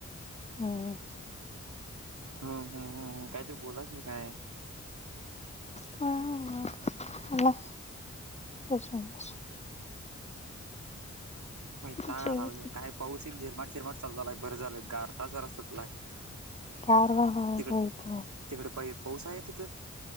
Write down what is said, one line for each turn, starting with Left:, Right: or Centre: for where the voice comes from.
Left: हम्म.
Right: हम् हम काहीतरी बोला की काय?
Left: ह झाला बसून बस.
Right: वैताग
Left: जेवत
Right: आलाय काय पाऊस एक झिरमाट झिरमाट चाल बरं झालं गारठा जरा सुटलाय.
Left: गारवा <unintelligible>
Right: तिकड तिकडे पा पाऊस आहे तिथं